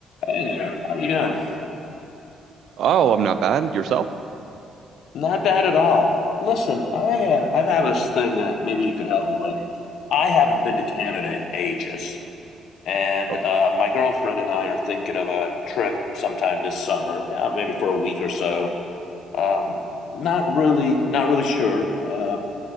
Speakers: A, on the left; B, on the right.
A: Hey there, how are you doing?
B: Oh, I'm not bad. Yourself?
A: Not bad at all. Listen, I uh, I've had this thing that maybe you can help me with. I haven't been to Canada in ages, and
B: Oh,
A: uh, my girlfriend and I are thinking of a trip sometime this summer, yeah, maybe for a week or so. Um, not really, not really sure uh,